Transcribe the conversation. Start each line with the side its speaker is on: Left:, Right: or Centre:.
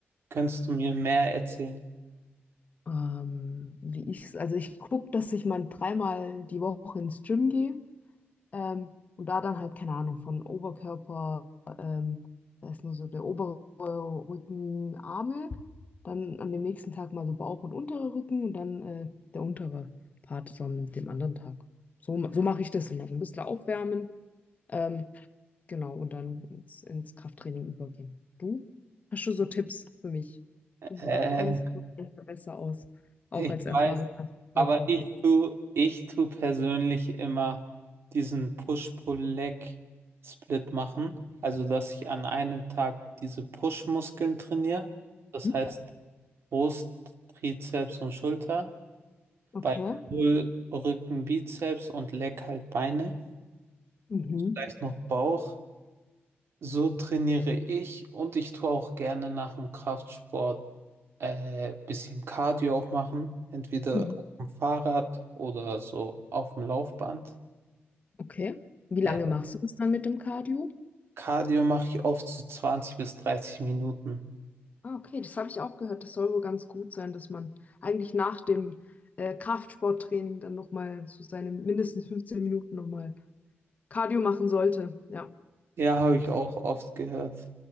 Right: Könntest du mir mehr erzählen?
Left: Ähm, wie ich, also ich gucke, dass ich mal dreimal die Woche ins Gym gehe. Ähm, und da dann halt, keine Ahnung, von Oberkörper, ähm, da ist nur so der obere Rücken, Arme, dann an dem nächsten Tag mal so Bauch und unterer Rücken und dann äh, der untere Part so an dem anderen Tag. So, ma- so mache ich das immer. So ein bisschen aufwärmen, ähm, genau, und dann ins, ins Krafttraining übergehen. Du? Hast du so Tipps für mich?
Right: Äh,
Left: Du, du kennst dich doch besser besser aus, auch
Right: ich
Left: als erfahrener
Right: weiß,
Left: Fußballprofi.
Right: aber ich tu, ich tu persönlich immer diesen Push-Pull-Leg-Split machen. Also, dass ich an einem Tag diese Push-Muskeln trainiere. Das
Left: Hm?
Right: heißt Brust, Trizeps und Schulter.
Left: Okay.
Right: Bei Pull Rücken, Bizeps und Leg halt Beine.
Left: Mhm.
Right: Vielleicht noch Bauch. So trainiere ich und ich tue auch gerne nach dem Kraftsport äh, bisschen Cardio auch machen, entweder
Left: Mhm.
Right: auf dem Fahrrad oder so auf dem Laufband.
Left: Okay. Wie
Right: Äh,
Left: lange machst du das dann mit dem Cardio?
Right: Cardio mache ich oft so 20 bis 30 Minuten.
Left: Ah, okay, das habe ich auch gehört. Das soll wohl ganz gut sein, dass man eigentlich nach dem äh, Kraftsporttraining dann nochmal so seine mindestens 15 Minuten nochmal Cardio machen sollte. Ja,
Right: Ja, habe ich auch oft gehört.